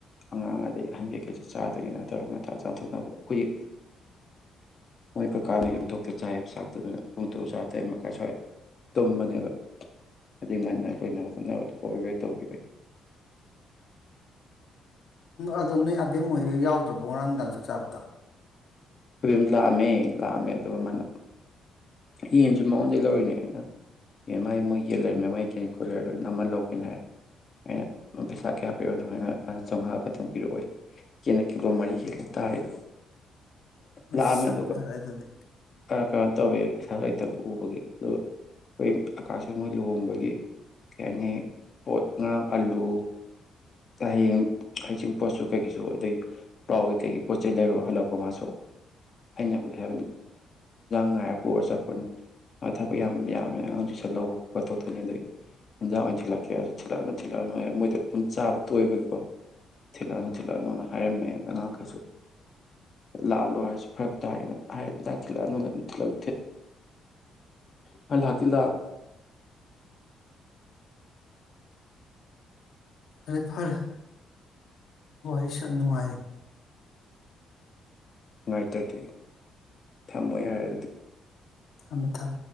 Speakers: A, on the left (about 45°); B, on the left (about 65°).
A: ꯑꯉꯥꯡ ꯑꯗꯩ ꯑꯍꯟ ꯀꯩ ꯀꯩꯁꯨ ꯆꯥꯗꯣꯏꯅ ꯇꯧꯔꯒ ꯉꯟ ꯆꯥꯊꯣꯛꯅꯕꯗ ꯑꯩꯈꯣꯏꯒꯤ ꯃꯣꯏ ꯑꯩꯈꯣꯏ ꯀꯥꯡꯗ ꯌꯨꯝꯊꯣꯛꯇ ꯆꯥꯏꯕ ꯁꯥꯛꯇꯨꯗꯨꯅ ꯄꯣꯡꯊꯨ ꯆꯔ ꯇꯔꯦꯠ ꯃꯈꯥꯏ ꯁ꯭ꯋꯥꯏ ꯇꯨꯝꯕꯅꯦꯕ ꯍꯥꯏꯩ ꯉꯟꯅ ꯂꯣꯏꯅꯕ ꯍꯣꯠꯅꯕꯗꯣ ꯍꯣꯕ ꯋꯦꯠ ꯇꯧꯈꯤꯕꯅꯤ
B: ꯑꯗꯣ ꯅꯣꯏ ꯑꯕꯦꯝ ꯍꯣꯏ ꯌꯥꯎꯗ꯭ꯔꯕꯣ ꯉꯔꯥꯡ ꯅꯨꯡꯗꯥꯡ ꯆꯥꯛ ꯆꯥꯕꯗꯣ
A: ꯀꯝ ꯂꯥꯛꯑꯝꯃꯦ ꯂꯥꯛꯑꯝꯃꯦ ꯑꯗꯨꯒ ꯃꯥꯅ ꯌꯦꯟꯁꯨ ꯃꯉꯣꯟꯗ ꯂꯧꯔꯤꯅꯦ ꯑꯩꯅ ꯌꯦꯟ ꯃꯥ ꯃꯣꯏ ꯌꯦꯟ ꯂꯩꯔꯝꯃꯦꯦꯝ ꯃꯣꯏ ꯀꯦꯅꯤꯀꯨꯂꯔ ꯂꯅ ꯑꯃ ꯂꯧꯒꯦꯅ ꯍꯥꯏꯔꯦ ꯑꯩꯅ ꯄꯩꯁꯥ ꯀꯌꯥ ꯄꯤꯛꯣ ꯑꯗꯨꯃꯥꯏꯅ ꯃꯥꯅ ꯆꯥꯝꯃꯉꯥ ꯈꯛꯇꯪꯤꯛꯑꯣꯏ ꯀꯅ ꯀ ꯀꯣ ꯃꯔꯤ ꯈꯦꯜꯂ ꯇꯥꯔꯗꯣ
B: ꯑꯁ
A: ꯂꯗꯨ
B: ꯌꯥꯝ ꯐꯔꯦ ꯑꯗꯨꯗꯤ
A: ꯑ ꯀꯩꯅꯣ ꯇꯧꯋꯦ ꯄꯩꯁꯥ ꯂꯩꯇꯕ ꯎꯕꯒꯤ ꯑꯗꯨꯒ ꯑꯩꯣꯏ ꯑꯀꯥꯁꯨ ꯃꯣꯏ ꯂꯨꯍꯣꯡꯕꯒꯤ ꯀꯩ ꯍꯥꯏꯅꯤ ꯄꯣꯠ ꯉꯥꯡ ꯑꯥꯂꯨ ꯍꯌꯦꯡ ꯍꯩꯁꯤꯡ ꯄꯣꯠꯁꯨ ꯀꯩꯒꯤꯁꯨ ꯑꯗꯩ ꯄ꯭ꯔꯥꯎꯒꯤꯩ ꯀꯩꯒꯤ ꯄꯣꯠ ꯆꯩꯩ ꯂꯩꯔꯣ ꯍꯜꯂꯛꯄ ꯃꯥꯁꯨ ꯑꯩꯅꯕꯨ ꯍꯥꯏ ꯉ ꯄꯣꯔ ꯆꯥꯎꯈꯠꯅꯤ ꯊꯕꯛ ꯌꯥꯝ ꯌꯥꯝꯃꯦ ꯑꯉꯥꯡꯁꯨ ꯁꯟꯍꯧꯕ ꯈꯣꯠꯄ ꯇ ꯊꯣꯛꯇꯣꯏꯅꯤ ꯑꯗꯩ ꯌꯦꯟꯖꯥꯡ ꯑꯣꯏꯅ ꯊꯤꯜꯂꯛꯀꯦ ꯍꯥꯏꯔꯁꯨ ꯊꯤꯜꯂꯛꯑꯅꯨ ꯊꯤꯜꯂꯛꯑꯅꯨ ꯍꯥꯏ ꯃꯣꯏꯗ ꯑꯗꯨꯝ ꯆꯥꯕ ꯇꯣꯏꯕꯒꯤꯀꯣ ꯊꯤꯜꯂꯛꯑꯅꯨ ꯊꯤꯜꯛꯑꯅꯨꯅ ꯍꯥꯏꯔꯝꯃꯦꯗ ꯑꯉꯥꯡꯈꯩꯁꯨ ꯂꯥꯛꯂꯣ ꯍꯥꯏꯔꯁꯨ ꯐꯔꯛ ꯇꯥꯏꯔꯦꯅ ꯍꯥꯏ ꯏꯟꯖꯥꯡ ꯊꯤꯜꯂꯛꯑꯅꯨꯅ ꯑꯗꯨꯝ ꯊꯜꯛ ꯐꯜ ꯍꯥꯀꯤꯜ
B: ꯐꯔꯦ ꯐꯔꯦ ꯋꯥꯔꯤꯁꯨ ꯌꯥꯝ ꯅꯨꯡꯉꯥꯏꯔ
A: ꯅꯨꯡꯥꯏ ꯇ꯭ꯔꯗꯤ ꯊꯝꯃꯣ ꯌꯥꯔꯦ ꯑꯗꯨꯗꯤ
B: ꯃ ꯊꯝ